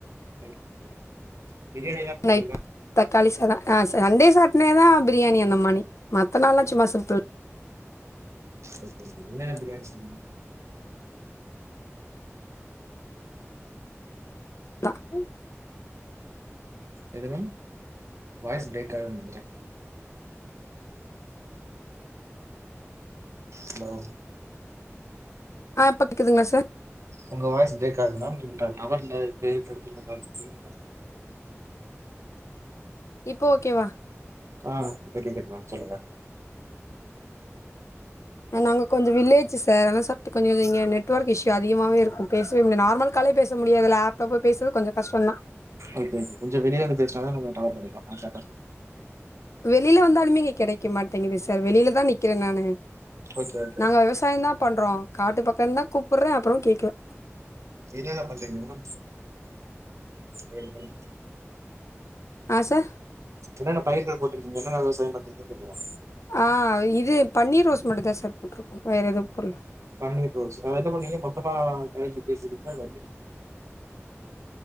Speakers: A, on the right; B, on the left.
A: ஒகே பிரியாணிலா பண்ணுவிங்ளா
B: நைட் தக்காளி சாதோ அ சண்டே சாட்னே தா பிரியாணி அந்த மானி மத்த நாள்லா சும்மா சிம்புள்
A: ஓகே ஓகே என்னென்ன பிரியாணி செய்வீங்க
B: ப்பா
A: எதுங்க வாய்ஸ் பிரேக் ஆவுதுன்னு நெனைக்கிறே ஹலோ
B: ஆ இப்ப கேக்குதுங்ளா சார்
A: உங்க வாய்ஸ் பிரேக் ஆகுதுங் மேம் நீ டவர் இல்லாத எடத்து <unintelligible>
B: இப்போ ஓகேவா
A: ஆ இப்ப கேக்குது மேம் சொல்லுங்க
B: அ நாங்க கொஞ்சோ வில்லேஜ் சார் அதனால சட்டு கொஞ்சோ இங்க நெட்ஒர்க் இஷ்யூ அதிகமாவே இருக்கும் பேசவே முடியது நார்மல் காலே பேச முடியாது இதுல ஆப்ல போய் பேசுறது கொஞ்சோ கஷ்டோதா
A: ஓகே ஒகே கொஞ்சோ வெளிய வந்து பேசனதா நம்ம டவர் கெடைக்கு நா <unintelligible>
B: வெளியில வந்தாலுமே இங்க கெடைக்க மாட்டேங்குது சார் வெளியில தா நிக்கிற நானு
A: ஓகே ஓகே
B: நாங்க
A: ஓகே
B: விவசாயோ தா பண்றோ காட்டு பக்கந்தா கூப்ர்றே அப்றோ கேட்கல
A: என்ன்ன பண்றீங்மா <inaudible>
B: ஆ சார்
A: என்னென்ன பயிர்கள் போட்ருக்கீங்க என்னென்ன விவசாய பண்றீங்கன் கேக்றே
B: ஆ இது பன்னீர் ரோஸ் மட்டு தா சார் போட்ருக்கோ வேற எதுவ போட்ல
A: பன்னீர் ரோஸ் அது என்ன பண்ணுவீங்க மொத்தமா <unintelligible> பேசுவீங்லா எப்டி